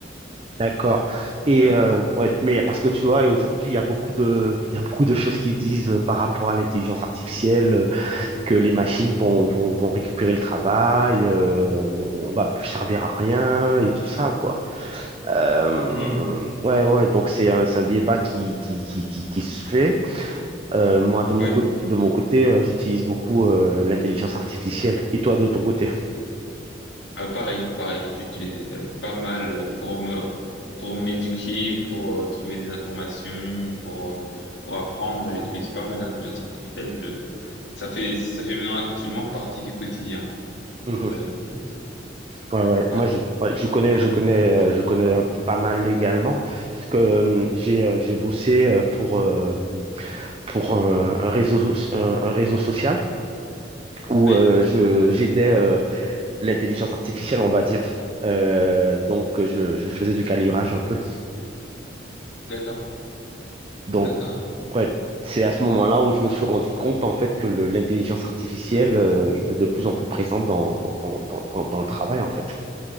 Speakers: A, on the right; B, on the left.
A: D'accord. Et
B: hein.
A: euh, ouais, mais parce que tu vois, aujourd'hui, il y a beaucoup de, il y a beaucoup de choses qui disent euh, par rapport à l'intelligence artificielle. que les machines vont, vont, vont récupérer le travail, euh, on va plus servir à rien et tout ça, quoi. Euh,
B: Hmm,
A: ouais, ouais, donc c'est un, c'est un débat qui, qui, qui, qui, qui se fait. Euh, moi, de mon,
B: oui,
A: cô- de mon côté, euh, j'utilise beaucoup euh, l'intelligence artificielle. Et toi, de ton côté?
B: Euh, pareil, pareil. J'utilise euh, pas mal euh, pour me pour m'éduquer, pour euh, trouver des informations, pour euh, pour apprendre. J'utilise pas mal l'intelligence artificielle. Je- ça fait ça fait maintenant actuellement partie du quotidien.
A: Mhm.
B: On peut dire ça comme ça.
A: Ouais, ouais.
B: Ouais.
A: Moi, je, ouais, je connais, je connais, euh, je connais un- pas mal légalement, parce que euh, j'ai, euh, j'ai bossé euh, pour, euh, pour un, un réseau, so- un, un réseau social où
B: Oui,
A: euh, je, j'aidais euh, l'intelligence artificielle, on va dire. Euh, donc, euh, je, je faisais du calibrage un peu.
B: d'accord,
A: Donc,
B: d'accord.
A: ouais, c'est à ce moment-là où je me suis rendu compte, en fait, que le- l'intelligence artificielle euh, était de plus en plus présente dans, dans, dans, dans, dans le travail, en fait.